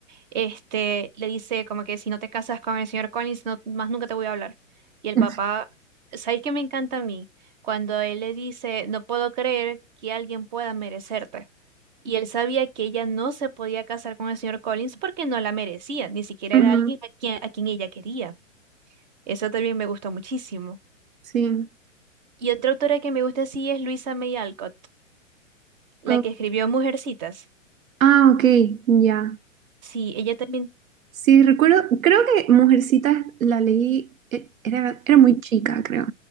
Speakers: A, on the right (about 35°); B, on the right (about 90°).
A: este, le dice como que si no te casas con el señor Collins, no, más nunca te voy a hablar. Y el
B: <laughs>
A: papá, ¿sabéis qué me encanta a mí? Cuando él le dice, no puedo creer que alguien pueda merecerte. Y él sabía que ella no se podía casar con el señor Collins porque no la merecía, ni siquiera
B: Ujú,
A: era alguien a quien, a quien ella quería. Eso también me gustó muchísimo.
B: Sí.
A: Y otra autora que me gusta así es Luisa May Alcott, la
B: O-
A: que escribió Mujercitas.
B: Ah, ok, ya.
A: Sí, ella también,
B: Sí, recuerdo, creo que Mujercitas la leí, e- era, era muy chica, creo.